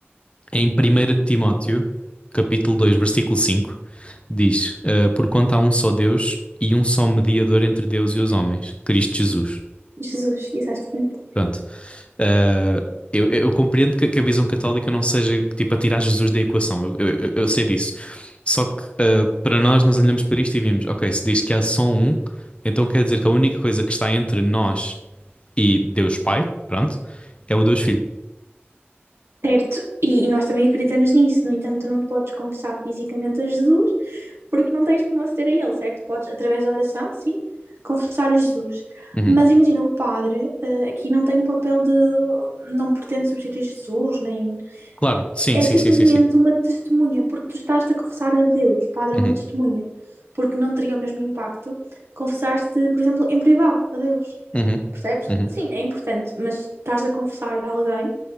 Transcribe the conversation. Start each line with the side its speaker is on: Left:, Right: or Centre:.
Left: em 1 Timóteo, capítulo 2 versículo 5 diz: ah, Porquanto há um só Deus e um só mediador entre Deus e os homens, Cristo Jesus.
Right: Jesus, exatamente.
Left: Pronto. Uh, eu, eu compreendo que, que a visão católica não seja tipo a tirar Jesus da equação, eu, eu- eu- eu sei disso. Só que uh, para nós, nós olhamos para isto e vimos: ok, se diz que há só um, então quer dizer que a única coisa que está entre nós e Deus Pai, pronto, é o Deus Filho.
Right: Certo. E, e nós também acreditamos nisso. No entanto, tu não te podes confessar fisicamente a Jesus, porque não tens como aceder a Ele, certo? Podes, através da oração, sim, confessar a Jesus.
Left: Uhum.
Right: Mas imagina, o padre eh, aqui não tem o papel de. não pretende substituir Jesus, nem.
Left: Claro, sim,
Right: É
Left: sim,
Right: simplesmente
Left: sim, sim, sim.
Right: uma testemunha, porque tu estás-te a confessar a Deus. O padre é
Left: Uhum,
Right: uma testemunha, porque não teria o mesmo impacto confessar-te, por exemplo, em privado a Deus.
Left: uhum,
Right: Percebes?
Left: uhum,
Right: Sim, é importante, mas estás a confessar a alguém